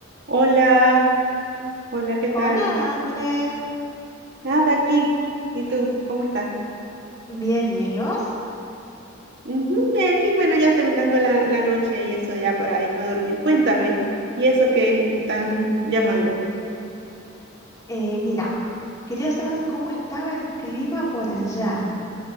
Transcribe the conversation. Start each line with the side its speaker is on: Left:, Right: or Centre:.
Right: Hola, hola, ¿qué
Left: Hola,
Right: tal?
Left: André.
Right: Nada, aquí. ¿Y tú? ¿Cómo estás?
Left: Bien, bien. ¿Y vos?
Right: Ujú, eh, aquí, bueno, ya terminando la, la noche y eso ya para irme a dormir. Cuéntame, ¿y eso que estás llamando?
Left: Eh, mira, quería saber cómo estaba el clima por allá.